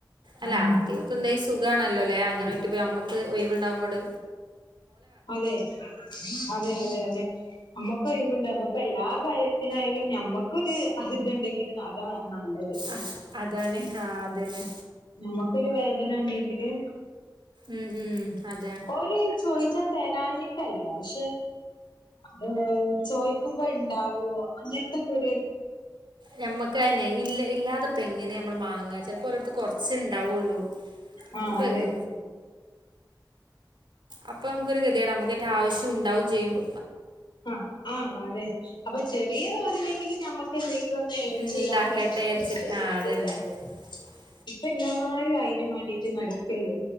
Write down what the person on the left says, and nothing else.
ഉം
അതെ അതെ അതെ അതെ നമ്മുക്ക് ഒഴിവുണ്ടാവുമ്പോ ഇപ്പൊ എല്ലാ കാര്യത്തിനായാലും ഞമ്മ ക്കൊര് അഹ് ഇതുണ്ടെങ്കില് അതാ നല്ലത്
നമ്മുക്കൊരു വേദന ഉണ്ടെങ്കില്
ഓര് ചോയിച്ചാ തെരാഞ്ഞിട്ടല്ല പക്ഷെ ഓ ചോയിക്കുമ്പോ ഇണ്ടാവോ അങ്ങനത്തെക്കൊര്
ആ
അതെ
ആഹ് ആഹ് അതെ അപ്പൊ ചെറിയ തോതിലെങ്കിലും ഞമ്മക്ക് എന്തെങ്കിലും ഒന്ന് ഏൺ
ചെയ്യാൻ കഴിഞ്ഞാല്
അത്
വല്ലിയൊരു കാര്യാ
ഇപ്പ എല്ലാരും അയിനും വേണ്ടിയിട്ട് നടക്കല്ലേ